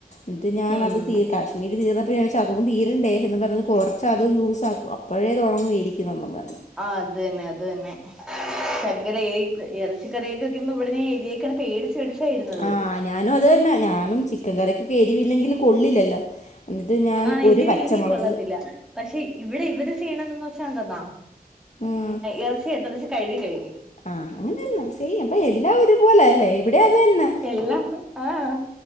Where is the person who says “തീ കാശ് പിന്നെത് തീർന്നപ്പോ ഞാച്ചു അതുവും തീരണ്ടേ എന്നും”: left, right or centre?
Left